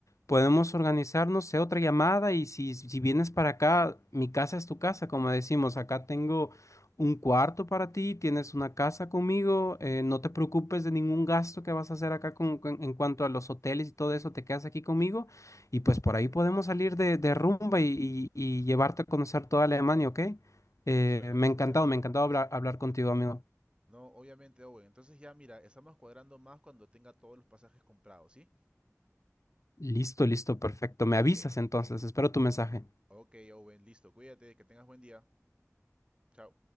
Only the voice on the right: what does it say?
Me suena
fantástico.
No, obviamente, Owen. Entonces ya mira, estamos cuadrando más cuando tenga todos los pasajes comprados, ¿sí?
¿Qué?
Ok, Owen, listo. Cuídate, que tengas buen día. Chao.